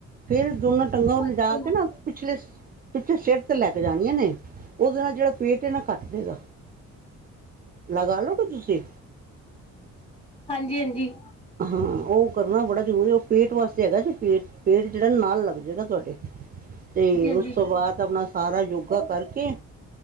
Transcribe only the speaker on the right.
ਫੇਰ ਦੋਨੋ ਟੰਗਾਂ ਉਲਜਾ
ਕੇ ਨਾ ਪਿਛਲੇ ਸ ਪਿੱਛੇ ਸਿਰ ਤੇ ਲੈ ਕੇ ਜਾਣੀਆਂ ਨੇ ਓਦੇ ਨਾਲ ਜੇੜਾ ਪੇਟ ਏ ਨਾ ਕੱਟ ਜੇਗਾ। ਲਗਾ ਲਓਗੇ ਤੁਸੀਂ
ਹਾਂ ਓ ਕਰਨਾ ਬੜਾ ਜ਼ਰੂਰੀ ਓ ਪੇਟ ਵਾਸਤੇ ਹੈਗਾ ਜੇ ਪੇਟ ਪੇਟ ਜੇੜਾ ਨਾਲ ਲੱਗ ਜੇਗਾ ਤੁਆਡੇ ਤੇ
ਓਸ ਤੋਂ ਬਾਦ ਆਪਣਾ ਸਾਰਾ ਯੋਗਾ ਕਰਕੇ